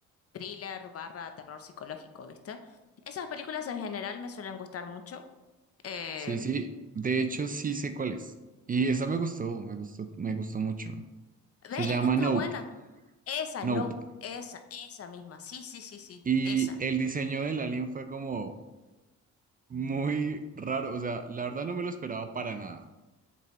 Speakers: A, on the left; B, on the right.
A: thriller barra terror psicológico, ¿viste? Esas películas en general me suelen gustar mucho. Em,
B: Sí, sí, de hecho sí sé cuál es. Y esa me gustó, me gustó, me gustó mucho. Se
A: ve,
B: llama
A: es que está
B: Nope,
A: buena. Esa,
B: Nope.
A: Nope, esa, esa misma. Sí, sí, sí, sí,
B: Y
A: esa.
B: el diseño del alien fue como muy raro, o sea, la verdad no me lo esperaba para nada.